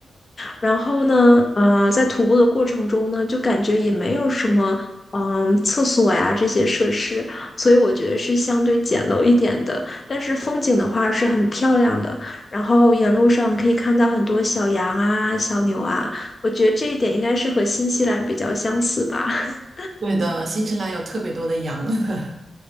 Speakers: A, on the left (about 35°); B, on the right (about 45°).
A: 然后呢，呃，在徒步的过程中呢，就感觉也没有什么，嗯、厕所呀这些设施，所以我觉得是相对简陋一点的。但是风景的话是很漂亮的，然后沿路上可以看到很多小羊啊、小牛啊，我觉得这一点应该是和新西兰比较相似吧。<laughs>
B: 对的，新西兰有特别多的羊，<laughs>